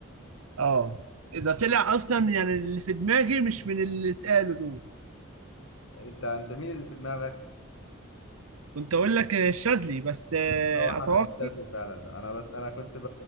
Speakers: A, on the right; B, on the left.
A: اه ده طلع اصلا يعني اللي في دماغي مش من اللي اتقالوا دول
B: أنت أنت مين اللي في دماغك؟
A: كنت اقول لك الشاذلي بس آه،
B: هو حسن
A: اتوقع
B: الشاذلي فعلا لا أنا بس أنا كنت ب...